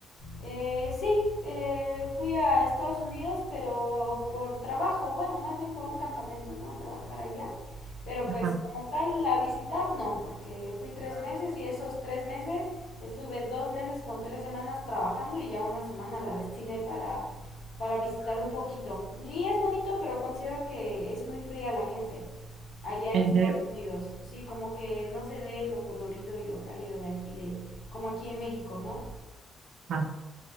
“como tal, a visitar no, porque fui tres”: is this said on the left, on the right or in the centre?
Left